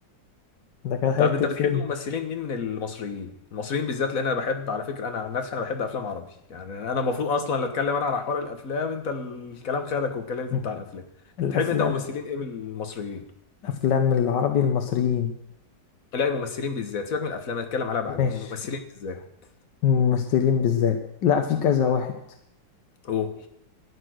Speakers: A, on the left; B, on the left.
A: ده كان حتة
B: طب انت بتحب
A: فيلم
B: ممثلين مين من المصريين المصريين بالذات لان انا بحب على فكره انا عن نفسي انا بحب افلام عربي يعني انا المفروض اصلا اللي اتكلم انا على حوار الافلام انت الكلام خدك واتكلمت
A: مم.
B: انت عن الافلام
A: الافلام
B: تحب انت ممثلين ايه من المصريين
A: افلام العربي المصريين
B: لا الممثلين بالذات سيبك من الافلام هنتكلم عليها بعدين
A: ماشي
B: الممثلين بالذات
A: ممثلين بالذات لا في كذا واحد
B: <laughs> اوه